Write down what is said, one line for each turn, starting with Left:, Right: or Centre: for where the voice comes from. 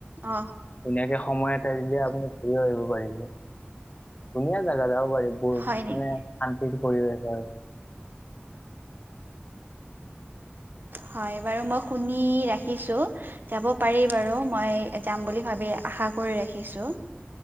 Right: অঁ।
Left: ধুনীয়াকে সময় এটা দিলে আপুনি ঘূৰিও আহিব পাৰিব। ধুনীয়া জাগা যাব পাৰি, বহু
Right: হয় নেকি
Left: মানে শান্তিৰ পৰিৱেশ হয়।
Right: হয়, বাৰু মই শুনি ৰাখিছোঁ, যাব পাৰি বাৰু মই এ যাম বুলি ভাবি, আশা কৰি ৰাখিছোঁ।